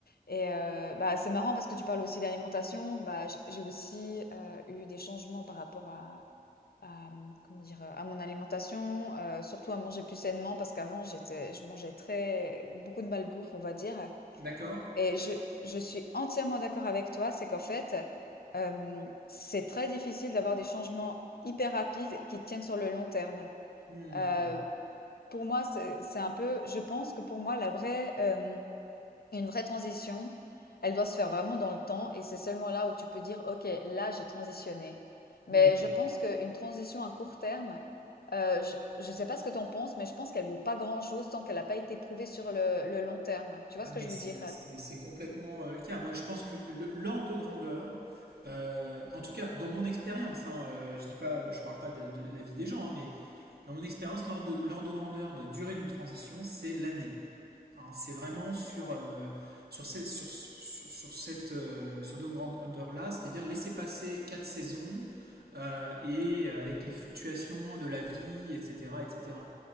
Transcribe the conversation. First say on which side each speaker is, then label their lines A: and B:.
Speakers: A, on the left; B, on the right.
A: Et euh, bah, c'est marrant parce que tu parles aussi d'alimentation. Bah, j- j'ai aussi euh, eu des changements par rapport à à, mmh, comment dire? à mon alimentation, heu, surtout à manger plus sainement parce qu'avant j'étais je mangeais très beaucoup de malbouffe, on va dire
B: D'accord?
A: et je je suis entièrement d'accord avec toi. C'est qu'en fait, hem, c'est très difficile d'avoir des changements hyper rapides qui tiennent sur le long terme.
B: Hmm.
A: Heu, pour moi, c'est c'est un peu je pense que pour moi la vraie, hem une vraie transition, elle doit se faire vraiment dans le temps et c'est seulement là où tu peux dire, OK, là, j'ai transitionné. Mais
B: Hmm.
A: je pense qu'une transition à court terme, euh, je ne sais pas ce que tu en penses, mais je pense qu'elle vaut pas grand-chose tant qu'elle n'a pas été prouvée sur le, le long terme. Tu vois
B: Ah,
A: ce que
B: mais
A: je
B: c'est
A: veux dire?
B: c'est- c'est complètement euh, le cas. Moi, je pense que le- l'ordre de grandeur, euh, en tout cas dans mon expérience, hein, euh, je dis pas, je parle pas de, de la vie des gens, hein, mais dans mon expérience, l'ordre de, l'ordre de grandeur de durée d'une transition, c'est l'année. hein. c'est vraiment sur,
A: Ouais,
B: euh, sur, ce- sur, sur, sur cette euh, sur cette grandeur-là, c'est-à-dire laisser passer quatre saisons euh, et avec les fluctuations de la vie, etc., etc.